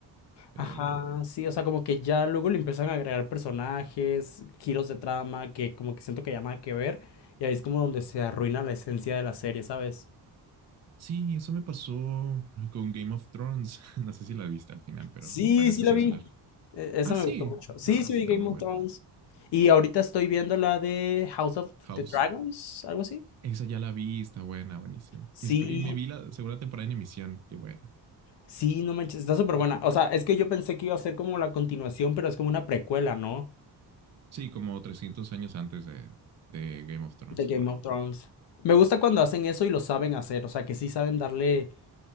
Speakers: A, on the right; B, on the left.
A: Eh,
B: Ajá, sí, o sea, como que ya luego le empiezan a agregar personajes, giros de trama, que como que siento que ya nada que ver, y ahí es como donde se arruina la esencia de la serie, ¿sabes?
A: Sí, eso me pasó con Game of Thrones. <laughs> No sé si la viste al final, pero
B: Sí,
A: bueno, eso
B: sí la
A: sí
B: vi.
A: es largo.
B: E- esa
A: Ah,
B: me
A: sí.
B: gustó mucho. Sí,
A: Ah,
B: sí
A: sí,
B: vi
A: está
B: Game
A: muy
B: of
A: buena.
B: Thrones. Y ahorita estoy viendo la de House of
A: House,
B: the Dragons, algo así.
A: esa ya la vi, está buena, buenísima.
B: Sí,
A: Me espe- Y me vi la segunda temporada en emisión. Qué bueno,
B: sí, no manches, está súper
A: qué
B: buena.
A: bueno.
B: O sea, es que yo pensé que iba a ser como la continuación, pero es como una precuela, ¿no?
A: Sí, como 300 años antes de, de Game of Thrones,
B: De Game
A: por ahí.
B: of Thrones. Me gusta cuando hacen eso y lo saben hacer, o sea, que sí saben darle